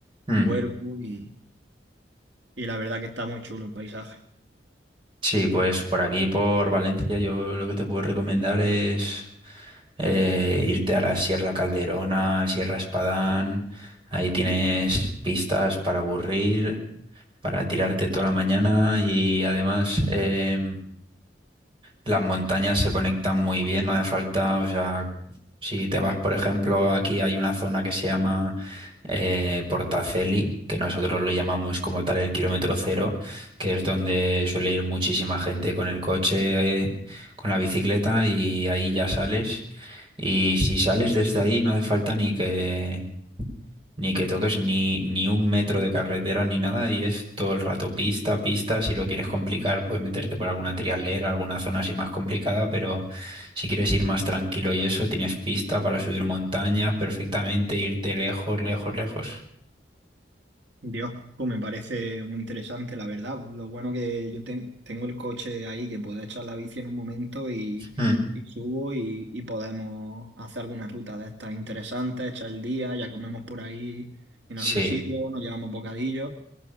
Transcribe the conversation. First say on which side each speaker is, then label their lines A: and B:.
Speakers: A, on the right; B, on the right.
A: Hmm.
B: vuelvo y, y la verdad que está muy chulo el paisaje.
A: Sí, pues por aquí, por Valencia, yo lo que te puedo recomendar es eh, irte a la Sierra Calderona, Sierra Espadán. Ahí tienes pistas para aburrir, para tirarte toda la mañana y además em, las montañas se conectan muy bien, no hace falta, o sea, si te vas, por ejemplo, aquí hay una zona que se llama eh, Portaceli, que nosotros le llamamos como tal el kilómetro cero, que es donde suele ir muchísima gente con el coche, eh, con la bicicleta y ahí ya sales. Y si sales desde ahí no hace falta ni que ni que toques ni, ni un metro de carretera ni nada y es todo el rato pista, pista. Si lo quieres complicar, puedes meterte por alguna trialera, alguna zona así más complicada, pero si quieres ir más tranquilo y eso, tienes pista para subir montañas perfectamente, irte lejos, lejos, lejos.
B: Dios, pues me parece muy interesante, la verdad. Lo bueno que yo ten- tengo el coche ahí que puedo echar la bici en un momento y,
A: Mm,
B: y subo y, y podemos hacer alguna ruta de estas interesantes, echar el día, ya comemos por ahí en
A: sí.
B: algún sitio, nos llevamos bocadillos